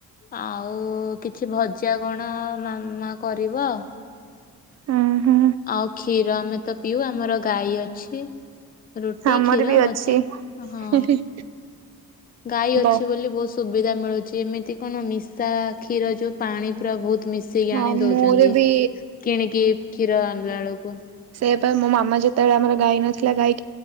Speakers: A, on the left; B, on the right.
A: ଆଉ କିଛି ଭଜା କଣ ମ କରିବ ଆଉ।
B: ହୁଁ ହୁଁ।
A: ଆଉ କ୍ଷୀର ଆମେ ତ ପିଉ ଆମର ଗାଈ ଅଛି। ରୁଟି
B: ଆମର
A: କ୍ଷୀର
B: ବି
A: ଭଜା
B: ଅଛି।
A: ହଁ
B: <inaudible>
A: ଗାଈ ଅଛି
B: ଗ
A: ବୋଲି ବୋଷ ସୁବିଧା ମିଳୁଛି ଏମିତି କଣ ମିଶା କ୍ଷୀର ଯେଉଁ ପାଣି ପୁରା ବହୁତ। ମିଶିକି
B: ହଁ
A: ଆଣି ଦଉଛନ୍ତି
B: ମୋର ବି
A: କିଣିକି କ୍ଷୀର ଆଣିଲା ବେଳକୁ।
B: ସେଇ ପାଇଁ ମୋ ମାମା ଯେତେବେଳେ ଆମର ଗାଈ ନଥିଲା ଗାଈୀ